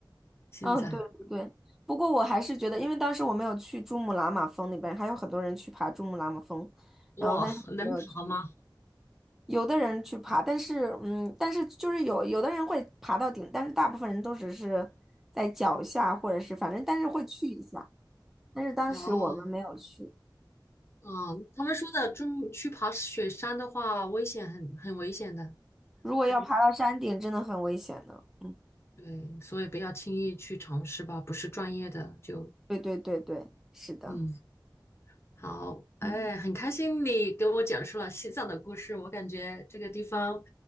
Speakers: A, on the left; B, in the centre.
A: 现在。
B: 嗯，对对对。不过我还是觉得，因为当时我没有去珠穆朗玛峰那边，还有很多人去爬珠穆朗玛峰，
A: 哇，
B: 然后但是我没有去。
A: 能爬吗？
B: 有的人去爬，但是嗯，但是就是有有的人会爬到顶，但是大部分人都只是在脚下，或者是反正但是会去一下。但是当时我们没有去。
A: 哦，啊，他们说的，就去爬雪山的话，危险很很危险的，
B: 如果要爬到山顶，真的很危险的。嗯，
A: 对，所以不要轻易去尝试吧，不是专业的就，
B: 对对对对，是的。
A: 嗯，好，哎，
B: 嗯，
A: 很开心你给我讲述了西藏的故事，我感觉这个地方